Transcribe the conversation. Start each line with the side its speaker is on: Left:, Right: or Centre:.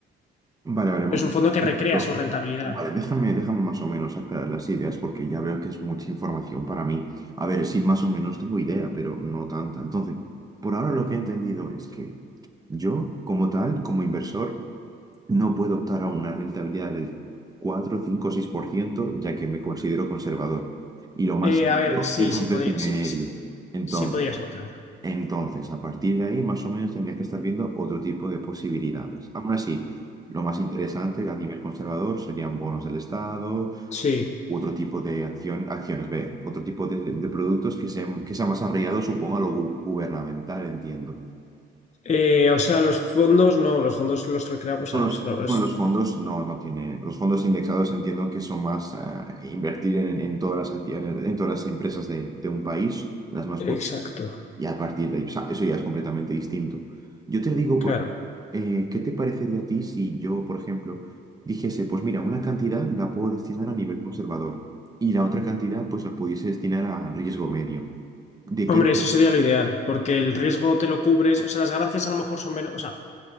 Right: Vale, vale.
Left: pero es un fondo que recrea
Right: Lo-
Left: su rentabilidad.
Right: Vale, déjame, déjame más o menos aclarar las ideas porque ya veo que es mucha información para mí. A ver, sí, más o menos tengo idea, pero no tanta. Entonces, por ahora lo que he entendido es que yo, como tal, como inversor, No puedo optar a una rentabilidad del cuatro, cinco, seis por ciento, ya que me considero conservador. Y lo más
Left: Eh,
Right: alto
Left: a ver, sí,
Right: es
Left: sí
Right: un 3,5%.
Left: podría, sí, sí,
Right: Entonces,
Left: sí podría soltar.
Right: entonces, a partir de ahí, más o menos, tendría que estar viendo otro tipo de posibilidades. Aún así, lo más interesante a nivel conservador serían bonos del Estado,
Left: Sí.
Right: u otro tipo de acción acciones, ve, otro tipo de, de productos que sean, que sean más arraigados, supongo, a lo gu- gubernamental, entiendo.
Left: Eh, o sea, los fondos no, los fondos los recreamos. o
Right: No,
Left: sea,
Right: los,
Left: eso es-
Right: no, los fondos no, no tienen. Los fondos indexados entiendo que son más eh, invertir en, en todas las acciones, en todas las empresas de, de un país, las más
Left: exacto,
Right: potentes, y a partir de ahí, o sea, eso ya es completamente distinto. Yo te digo, por,
Left: claro.
Right: eh, ¿qué te parecería a ti si yo, por ejemplo, dijese, pues mira, una cantidad la puedo destinar a nivel conservador y la otra cantidad, pues la pudiese destinar a riesgo medio? ¿De
Left: Hombre,
Right: quién?
Left: eso sería lo ideal, porque el riesgo te lo cubres, o sea, las ganancias a lo mejor son menos, o sea,